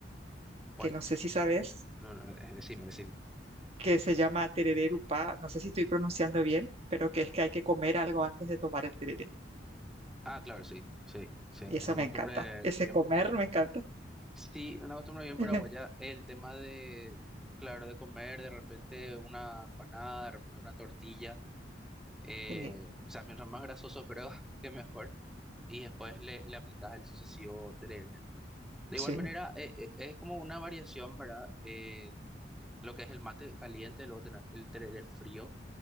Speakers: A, in the centre; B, on the right (about 35°).
A: ¿cuál?
B: que no sé si sabes,
A: No, no, eh, decime, decime.
B: que se llama tereré erupá, no sé si estoy pronunciando bien, pero que es que hay que comer algo antes de tomar el tereré.
A: Ah, claro, sí, sí, sí,
B: Y eso
A: una
B: me
A: costumbre
B: encanta. Ese
A: bien,
B: comer me encanta.
A: sí, una costumbre bien paraguaya,
B: <laughs>
A: el tema de, claro, de comer de repente una empanada, de repente una tortilla, eh,
B: Sí,
A: o sea, mientras más grasoso creo <laughs> que mejor, y después le, le aplicas el sucesivo tereré. De
B: sí,
A: igual manera, eh, eh, es como una variación, ¿verdad? Eh, lo que es el mate caliente, luego tenés el tereré frío,